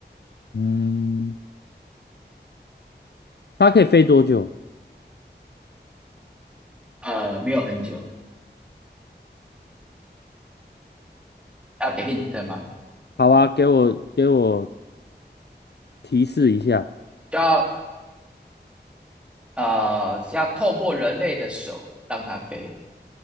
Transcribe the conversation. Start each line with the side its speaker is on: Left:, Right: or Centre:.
Left: 嗯，它可以飞多久？
Centre: 呃，没有很久，要给 hint 吗？
Left: 好啊，给我给我提示一下。
Centre: 就要呃，是要透过人类的手让它飞，